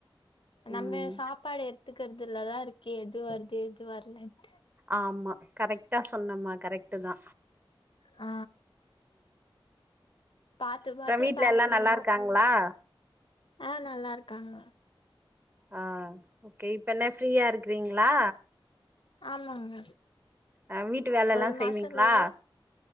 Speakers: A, on the left (about 70°); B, on the right (about 25°).
A: நம்ம
B: ம்
A: சாப்பாடு எடுத்துக்கிறது இதுலதா இருக்கு எது வருது எது வர்லன்டு
B: ஆமா கரெக்டா சொன்னம்மா கரெக்ட்டுதா
A: ஆ பாத்து
B: அப்றோ
A: பாத்து
B: வீட்ல
A: சாப்புணு
B: எல்லா நல்லா இருக்காங்களா
A: ஆ நல்லா இருக்காங்க
B: ஆ ஓகே இப்ப என்ன ஃப்ரீயா இருக்கிறீங்ளா
A: ஆமாங்க
B: ஆ வீட்டு வேலெல்லா
A: ஒரு
B: செய்வீங்ளா
A: மாசோ லீவு